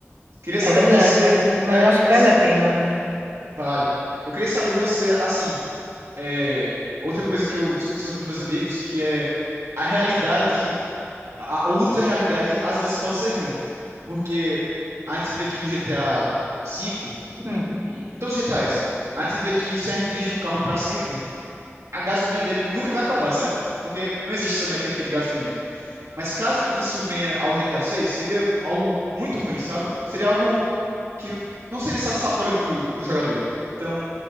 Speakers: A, on the right (about 80°); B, on the right (about 60°).
A: Queria saber
B: é verdade,
A: de você.
B: mas, mas
A: Da,
B: eu acho que
A: es-
B: vale a pena, né?
A: vale. Eu queria saber de você, assim. é, outra coisa que eu discuti sobre os meus amigos, que é a realidade. A, a ultra realidade às vezes pode ser ruim. Porque a gente vê que no GTA V
B: Hum.
A: E- Em todos os GTAs. A gente vê que se a gente dirigir um carro para sempre, a gasolina dele nunca vai acabar, certo? Porque não existe essa mecânica de gasolina. Mas caso isso venha ao GTA 6, seria algo muito ruim, sabe? Seria algo que não seria satisfatório pro, pro jogador. Então,